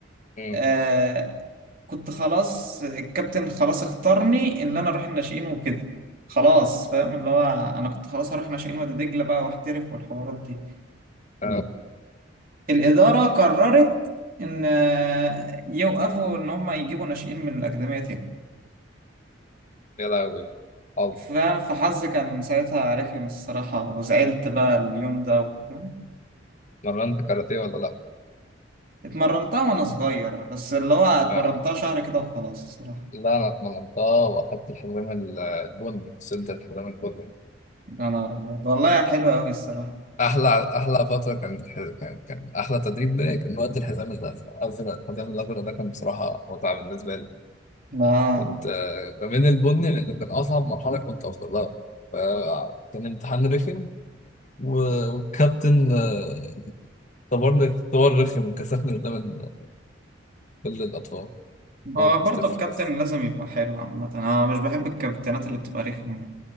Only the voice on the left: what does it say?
امم
آه،
يا لهوي طب
اتمرنت كاراتيه ولا لا؟
لا
لا انا اتمرنتها واخدت الحزام ال- البني وصلت الحزام البني
احلى احلى فتره كانت الح- كان كان احلى تدريب ليا كان وقت الحزام الازرق الازرق الحزام الازرق ده كان بصراحه متعه بالنسبه لي
كنت آه، بميل البني لانه كان اصعب مرحله كنت اوصل لها فكان امتحان رخم و- والكابتن آه، اختبرني اختبار رخم كسفني قدام ال- كل الأطفال
أنا كنت
طفل
بس